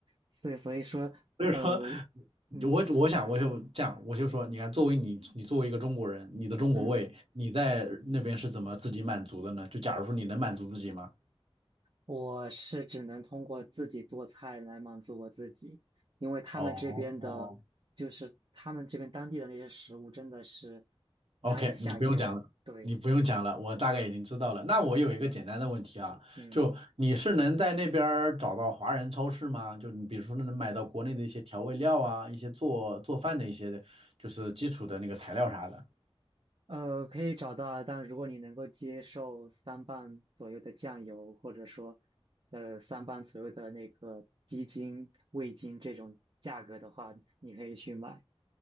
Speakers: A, on the right; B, on the right.
A: 所以所以说，
B: <laughs> 所以说，
A: 呃，嗯
B: 我我想我就这样，我就说，你看，作为你你作为一个中国人，你的中国胃，
A: 嗯，
B: 你在那边是怎么自己满足的呢？就假如说你能满足自己吗？
A: 我是只能通过自己做菜来满足我自己，因为他们这边的，
B: 哦哦
A: 就是他们这边当地的那些食物真的是难以下咽。
B: ，OK，你不用讲了，
A: 对，
B: 你不用讲了，我大概已经知道了。那我有一个简单的问题啊，
A: 嗯。
B: 就你是能在那边儿找到华人超市吗？就你比如说能买到国内的一些调味料啊，一些做做饭的一些就是基础的那个材料啥的。
A: 呃，可以找到啊，但如果你能够接受三磅左右的酱油，或者说，呃，三磅左右的那个鸡精、味精这种价格的话，你可以去买。